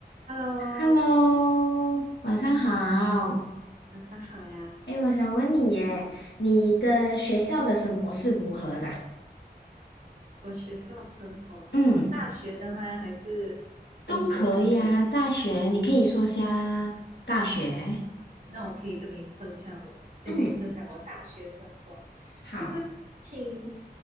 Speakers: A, on the right; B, on the left.
A: Hello，
B: Hello，晚上好。
A: 晚上好呀。
B: 哎，我想问你耶，你的学校的生活是如何的啊
A: 我学校生活，
B: 嗯，
A: 大学的吗？还是中学、
B: 都可以啊。
A: 小学啊
B: 大学，你可以说下大学。
A: 那我可以跟你分享我，先跟你分享我大学生活，
B: 嗯，好。
A: 其实挺